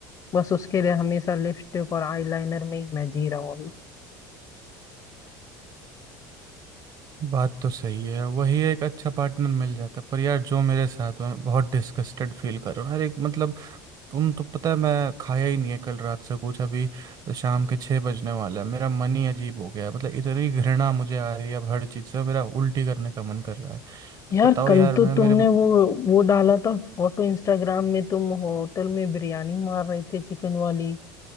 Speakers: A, on the left; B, on the right.
A: बस उसके लिए हमेशा लिपस्टिक और आईलाइनर में ही मैं जी रहा हूँ अभी
B: बात तो सही है वही एक अच्छा पार्टनर मिल जाता पर यार जो मेरे साथ हुआ मैं बहुत डिस्कस्टेड फील कर रहा हूँ यार एक मतलब तुम तो पता है मैं खाया ही नहीं है कल रात से कुछ अभी तो शाम के छः बजने वाला है मेरा मन ही अजीब हो गया है मतलब इतनी घृणा मुझे आ रही है अब हर चीज़ से मेरा उल्टी करने का मन कर रहा है तो
A: यार
B: बताओ
A: कल
B: यार मैं
A: तो
B: मेरे
A: तुमने वो वो डाला था फोटो इंस्टाग्राम में तुम होटल में बिरयानी मार रहे थे चिकन वाली